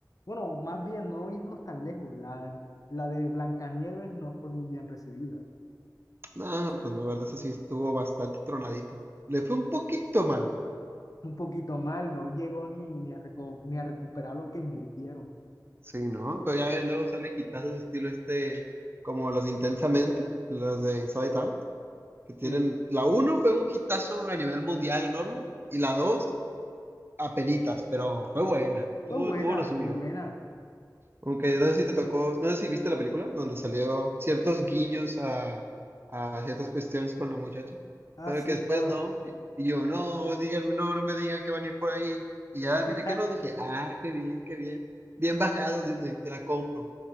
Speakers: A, on the left (about 50°); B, on the right (about 30°).
A: Bueno, más bien no irnos tan lejos. La, la de Blancanieves no fue muy bien recibida.
B: No, pues la verdad, esa sí estuvo bastante tronadita. Le fue un poquito mal,
A: Un poquito mal, no llegó ni, ni a reco- ni a recuperar lo que invirtieron.
B: Sí, ¿no? Pero ya ves, luego sale hitazos estilo este, como los de Intensamente, los de Inside Out, que tienen,
A: Sí,
B: la uno fue un hitazo a nivel mundial enorme, y la 2 apenitas, pero fue buena, tuvo,
A: fue buena,
B: tuvo lo suyo.
A: fue buena.
B: Aunque no sé si te tocó, no sé si viste la película, donde salió ciertos guiños a, a ciertas cuestiones con la muchacha,
A: Ah,
B: pero
A: sí,
B: que después
A: claro.
B: no, y y yo, no, díganme, no, no me digan que van a ir por ahí, y ya,
A: <laughs>
B: mire que no, dije, ah, qué bien, qué bien, bien bajado Disney, te la compro.